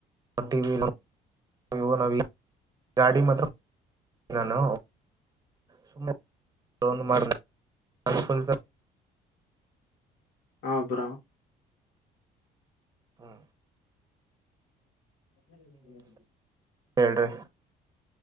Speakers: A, on the right; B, on the left.
A: ಟ ವಿ ಅಯ್ಯೋ ನವು ಗಾಡಿ ಮಾತ್ರ ನಾನು ಸುಮ್ಮನೆ ಮಾಡ ನು ಸ್ವಲ್ಪ
B: ಹಾ ಬರಾ
A: ಹ್ಮ
B: ಹ್ಮ ಹ್ಮ್ಮ
A: ಹೇಳ್ರಿ